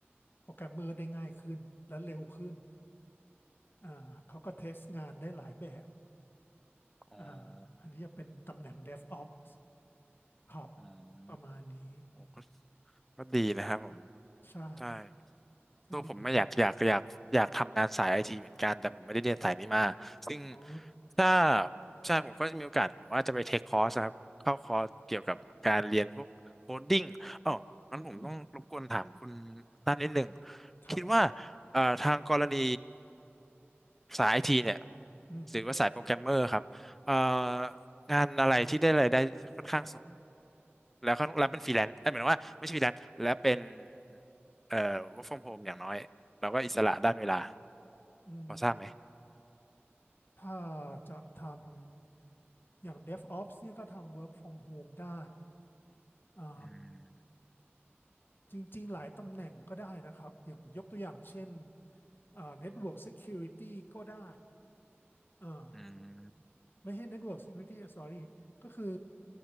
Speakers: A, on the left; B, in the centre.
A: โปรแกรมเมอร์ได้ง่ายขึ้นและเร็วขึ้นอ่าเขาก็เทสงานได้หลายแบบ
B: อ๋อ
A: อ่าอันนี้จะเป็นตำแหน่ง DevOps ครับ
B: อืม
A: ประมาณนี้
B: โอ้ก็ก็ดีนะครับผม
A: ใช่
B: ใช่
A: ก็ดีครับ
B: ตัวผมไม่อยากอยากอยากอยากทำงานสายไอทีเหมือนกันแต่ผมไม่ได้เรียนสายนี้มาซึ่ง
A: อ๋อ
B: ถ้าใช่ผมก็จะมีโอกาสผมว่าจะไปเทคคอร์สครับเข้าคอร์สเกี่ยวกับการเรียนพวกโคดดิ้งอ๋องั้นผมต้องรบกวนถามคุณ
A: อืม
B: ด้านนิดหนึ่ง
A: ครับ
B: คิดว่าเอ่อทางกรณีสายไอทีเนี่ย
A: อืม
B: หรือว่าสายโปรแกรมเมอร์ครับเอ่องานอะไรที่ได้รายได้ค่อนข้างสูงแล้วค่อนแล้วเป็นฟรีแลนซ์เอ้ยหมายถึงว่าไม่ใช่ฟรีแลนซ์แล้วเป็น เอ่อ work from home อย่างน้อยเราก็อิสระด้านเวลา
A: อืม
B: พอทราบไหม
A: ถ้าจะทำ อย่าง DevOps เนี่ยก็ทำ Work from Home ได้อ่า
B: อืม
A: จริงๆ หลายตำแหน่งก็ได้นะครับ อย่างยกตัวอย่างเช่นอ่า Network Security ก็ได้อ่า
B: อืม
A: ไม่ใช่ Network Security sorry ก็คือ